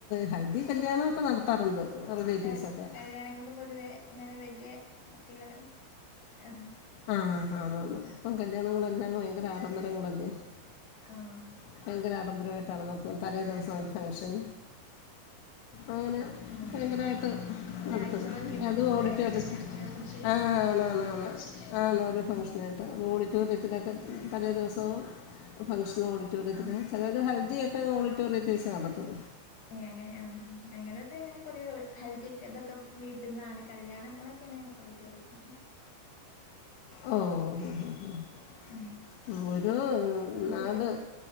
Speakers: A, on the left (about 75°); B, on the left (about 50°).
A: ഹൽദി കല്യാണൊക്കെ നട ത്തറുണ്ട് റിലേറ്റീവ്സൊക്കെ.
B: ക കല്യാണങ്ങൾക്ക് പൊതുവെ ഇങ്ങനെ വല്യ പട്ടികളൊക്കെ അഹ്
A: ആഹ് അതാണ്‌ ഇപ്പം കല്യാണങ്ങളെല്ലാം ഭയങ്കര ആഡംബരങ്ങളല്ലേ.
B: ആഹ്.
A: ഭയങ്കര ആഡംബരമായിട്ടാണ് മെത്തം തലേ ദിവസം ഒരു ഫംഗ്ഷൻ. അങ്ങനെ
B: ആഹ്
A: ഭയങ്കരായിട്ട്.
B: ഒരാഴ്ചയോളം
A: നടത്തും
B: നീണ്ട്ക്കൂല്ലേ
A: അതും ഓഡിറ്റോറിയത്തി
B: കല്യാണം ഓരോ ഫംഗ്ഷനായിട്ട്
A: ആഹ് ആന്നു ആന്നു ആന്നു ആന്നാല് ഫംഗ്ഷനായിട്ടാ
B: ഉം
A: ഓഡിറ്റോറിയത്തിലൊക്കെ
B: ഉം
A: തലേ ദിവസവും ഫംഗ്ഷനും ഓഡി റ്റോറിയത്തില്
B: ആഹ്
A: ചെലര് ഹൽദി ഒക്കെ ഓഡിറ്റോറിയത്തിൽ വെച്ച് നടത്തും.
B: ഏയ് അങ്ങനെ ആഹ് ഞങ്ങളൊക്കെ ഇങ്ങനെ പൊതുവെ ഹൽദി ഒക്കെ തൊക്കെ വീട്ട്ന്നാണ് കല്യാണങ്ങളൊക്കെണ്. ഓഡിറ്റോറിയത്ത്ന്ന്.
A: ഓഹ് ഹോഹ് ഹോഹ്
B: ഉം
A: ഒരു
B: ഇന്റെ
A: നാട്.
B: ഉം